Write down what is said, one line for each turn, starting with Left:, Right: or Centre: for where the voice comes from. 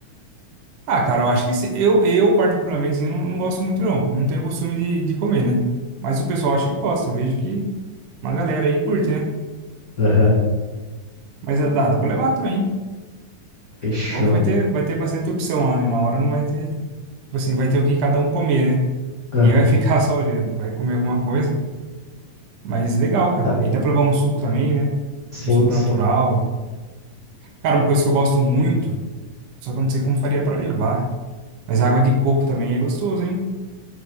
Right: Ah, cara, eu acho que sim. Eu, eu particularmente, assim, não, não gosto muito, não. Não tenho costume de, de comer, né? Mas o pessoal acha que gosta. Eu vejo que uma galera aí curte, né?
Left: Aham.
Right: Mas eh, dá, dá pra levar também. hein?
Left: Fechou.
Right: Bom que vai ter, vai ter bastante opção lá, né? Na hora não vai ter... Tipo assim, vai ter o que cada um comer, né? Ninguém
Left: Aham.
Right: vai ficar <laughs> só olhando. Vai comer alguma coisa. Mas legal,
Left: Ah,
Right: cara. Aí dá pra levar um suco também, né?
Left: sim,
Right: Um suco
Left: sim.
Right: natural. Cara, uma coisa que eu gosto muito, só que eu não sei como faria pra levar. Mas água de coco também é gostoso, hein?